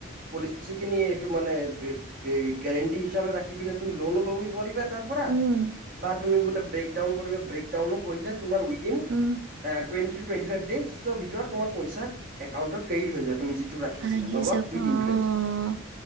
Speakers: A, on the right (about 45°); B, on the right (about 65°).
A: পলিচি যি, এইটো মানে এই-এ গেৰেণ্টি হিচাপে ৰাখি পিনে তুমি লোনো ল'ব মেডিকেল তাৰ পৰা
B: উম,
A: বাদ তুমি বোলে ব্ৰেকডান কৰিবা। ব্ৰেক ডাউনো কৰিলে। তোমাৰ within
B: um,
A: A twenty to twenty five days চৰ ভিতৰত তোমাৰ পইচা একাউণ্টত ক্ৰেডিট হয় যায়। তুমি যিটো। ৰাখিছিলা
B: ভাগি
A: লগত
B: যাব
A: উইথ
B: অ'
A: ইন্টাৰেষ্ট